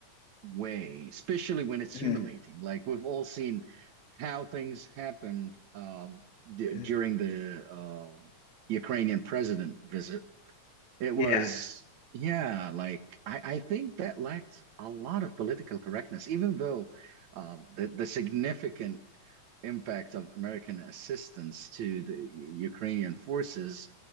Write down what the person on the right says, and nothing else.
way, especially when it's
humiliating. Like we've all seen how things happened um, d
during the uh, Ukrainian president visit. It was,
yeah, like I, I think that lacked a lot of political correctness, even though um, the, the significant impact of American assistance to the Ukrainian forces